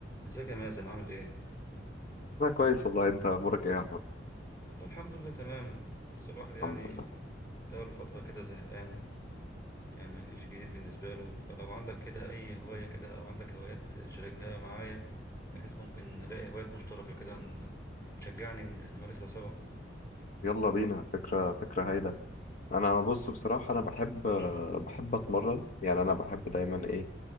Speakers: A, on the left (about 15°); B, on the left (about 45°).
A: ازيك يا مازن عامل ايه؟
B: أنا كويس والله أنت أمورك إيه يا أحمد؟
A: والله الحمد لله تمام بس الواحد
B: الحمد
A: يعني
B: لله
A: بقاله فترة كده زهقان يعني مفيش جديد بالنسبة له فلو عندك كده أي هواية كده أو عندك هوايات شاركها معايا بحيث ممكن نلاقي هوايات مشتركة كده ن- تشجعني ن- نمارسها سوا
B: يلا بينا فكرة فكرة هايلة أنا بص بصراحة أنا بحب
A: <clears throat>
B: بحب أتمرن يعني أنا بحب دايما إيه